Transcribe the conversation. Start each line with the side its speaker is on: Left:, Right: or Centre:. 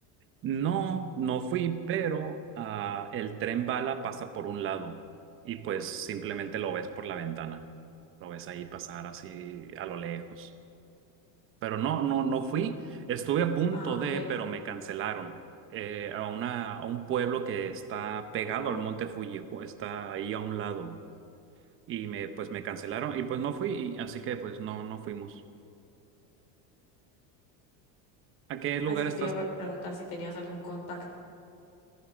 Right: No, no fui, pero ah, el tren bala pasa por un lado y pues simplemente lo ves por la ventana. Lo ves ahí pasar así a lo lejos. Pero no, no, no fui. Estuve a punto
Left: Ah, ok.
Right: de, pero me
Left: Sí.
Right: cancelaron eh, a una, a un pueblo que está pegado
Left: No.
Right: al Monte Fuji, ju- está ahí a un lado. Y me, pues me cancelaron y pues no fui, y- así que pues no, no fuimos. ¿A qué lugar
Left: Ah, es que
Right: estás
Left: te iba a pre- preguntar si tenías algún contacto.